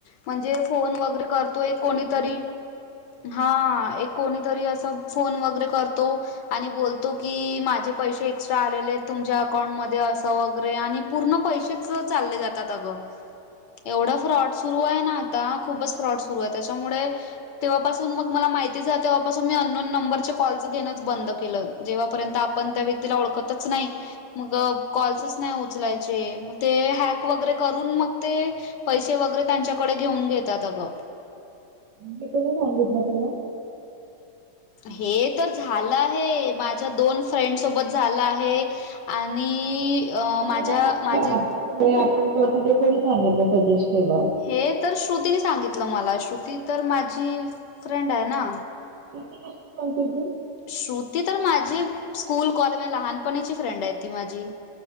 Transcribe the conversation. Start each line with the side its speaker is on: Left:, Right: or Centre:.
Left: म्हणजे फोन वगैरे करतो. एक कोणीतरी हा एक कोणी. तरी असं फोन वगैरे करतो. आणि बोलतो की माझे पैसे एक्स्ट्रा आलेले आहेत. तुमच्या अकाउंटमध्ये असं वगैरे आणि पूर्ण पैसे चं. सं चालले जातात अगं. एवढा फ्रॉड सुरू आहे ना. आता खूपच फ्रॉड सुरू आहे तेचामुळे. तेव्हापासून मग मला माहितीच तेव्हापासून मी अनोन नंबरचे कॉल घेणंच बंद केलं. जेव्हापर्यंत आपण त्या व्यक्तीला ओळखतच नाही मगं. कॉल्सच नाहीच उचलायचे म ते हॅक वगैरे करून मग ते पैसे वगैरे त्यांच्या. कडे घेऊन घेतात अगं.
Right: कितीदा सांगितलं तुला.
Left: हे तर झालं आहे. माझ्या दोन फ्रेंड सोबत झालं आहे. आणि अ
Right: नाही
Left: माझ्या
Right: नाही आपलं
Left: माझे.
Right: आपण हे आपण करतो ते कोणी सांगितलं सजेस्ट केलं.
Left: हे तर श्रुतीने सांगितलं. मला श्रुती तर माझी फ्रेंड आहे ना.
Right: श्रुती कशी फ्रेंड तुझी.
Left: श्रुती माझी स्कूल कॉले लहानपणीची फ्रेंड आहे ती माझी.